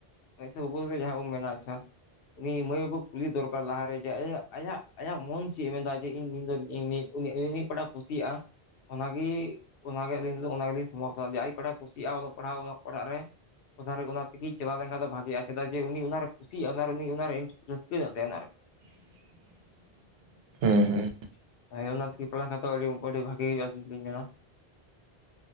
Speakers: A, on the left; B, on the right.
A: ᱟᱪᱪᱷᱟ ᱵᱟᱹᱵᱩ ᱡᱟᱦᱟᱸ ᱵᱚᱱ ᱢᱮᱱᱟ ᱟᱪᱪᱷᱟ ᱾ ᱩᱱᱤ ᱢᱟᱹᱭ ᱵᱟᱹᱵᱩ ᱠᱩᱞᱤ ᱫᱚᱨᱠᱟᱨ ᱞᱟᱦᱟᱨᱮ ᱡᱮ ᱟᱭᱟᱜ ᱟᱭᱟᱜ ᱟᱭᱟᱜ ᱢᱚᱱ ᱪᱮᱫ ᱮ ᱢᱮᱱ ᱮᱫᱟ ᱡᱮ ᱤᱧ <unintelligible> ᱱᱤᱛ ᱩᱱᱤ <unintelligible> ᱠᱩᱥᱤᱭᱟᱜ-ᱟ ᱾ ᱚᱱᱟᱜᱮ ᱚᱱᱟᱜᱮ ᱟᱹᱞᱤᱧ ᱫᱚ ᱚᱱᱟ ᱜᱮᱞᱤᱧ ᱥᱚᱢᱚᱨᱛᱷᱚᱱᱟ ᱟᱡ ᱚᱠᱟᱴᱟᱜᱟᱭ ᱠᱩᱥᱤᱭᱟᱜ-ᱟ ᱚᱞᱚᱜ ᱯᱟᱲᱦᱟᱜ ᱯᱟᱲᱦᱟᱜ ᱨᱮ ᱚᱱᱟ ᱨᱮ ᱚᱱᱟ ᱛᱮᱜᱤ ᱪᱟᱞᱟᱣ ᱞᱮᱱᱠᱷᱟᱡ ᱫᱚ ᱵᱷᱟᱜᱤᱜ-ᱟ, ᱪᱮᱫᱟᱜ ᱡᱮ ᱩᱱᱤ ᱚᱱᱟ ᱨᱮ ᱠᱩᱥᱤᱭᱟᱜ-ᱟ ᱚᱱᱟ ᱨᱮ ᱩᱱᱤ ᱚᱱᱟ ᱨᱮ ᱨᱟᱹᱥᱠᱟᱹ ᱦᱮᱱᱟᱜ ᱛᱟᱭᱟ ᱱᱟᱦᱟᱜ ᱾
B: <inaudible>
A: ‌
B: ᱦᱩᱸ ᱦᱩᱸ
A: <inaudible> <unintelligible>